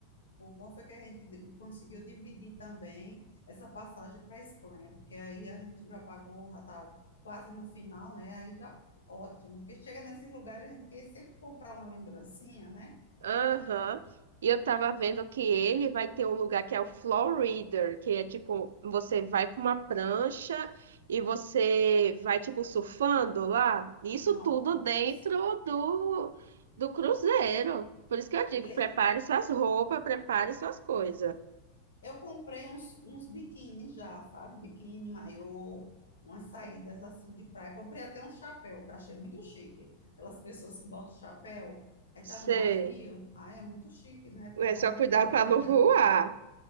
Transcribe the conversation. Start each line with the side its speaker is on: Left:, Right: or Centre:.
Left: O bom foi que a gente di- conseguiu dividir também essa passagem para a Espanha, porque aí a gente já pagou, já tá quase no final, né? Aí já ótimo. Porque chega nesses lugares a gente quer sempre comprar uma lembrancinha, né?
Right: Aham. E eu tava vendo que ele vai ter um lugar que é o floor reader, que é tipo, você vai com uma prancha e você vai, tipo, surfando lá. Isso
Left: Nossa.
Right: tudo dentro do, do cruzeiro. Por isso que eu digo,
Left: Ele-
Right: prepare suas roupas, prepare suas coisas.
Left: Eu comprei uns, uns biquíni já, sabe? Biquíni, maiô, umas saídas assim de praia. Comprei até um chapéu, que eu achei muito chique. Aquelas pessoas que botam chapéu, aí
Right: Sei.
Left: tá no navio. Ah, é muito chique, né? Fica
Right: É
Left: tomando
Right: só cuidar
Left: ali
Right: para
Left: um
Right: não
Left: drink.
Right: voar.
Left: <laughs>